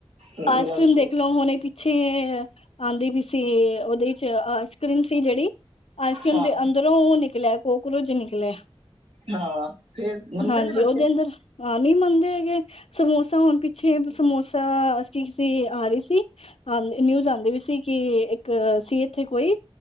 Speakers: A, on the right; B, on the left.
A: ਬਸ
B: ਆਈਸ ਕ੍ਰੀਮ ਦੇਖ ਲਓ ਹੁਣੇ ਪਿੱਛੇ- ਆਂਦੀ ਵੀ ਸੀ। ਓਦੇ 'ਚ ਆਈਸ ਕ੍ਰੀਮ ਸੀ ਜੇੜੀ ਆਈਸ ਕ੍ਰੀਮ
A: ਹਾਂ
B: ਦੇ ਅੰਦਰ- ਤੇ ਓ ਨਿਕਲਿਆ ਕੋਕਰੋਚ ਨਿਕਲਿਆ।
A: ਹਾਂ ਫੇਰ ਮੰਨਦੇ
B: ਹਾਂਜੀ
A: ਨੇ ਬੱਚੇ।
B: ਉਹਦੇ ਅੰਦਰ ਹਾਂ ਨਈ ਮੰਨਦੇ ਹੈਗੇ। ਸਮੋਸਾ ਹੁਣ ਪਿੱਛੇ ਸਮੋਸਾ ਕੀ ਸੀ ਆ ਰਹੀ ਸੀ। ਹ ਨਿਊਜ਼ ਆਂਦੀ ਵੀ ਸੀ ਕਿ ਇੱਕ ਸੀ ਏਥੇ ਕੋਈ।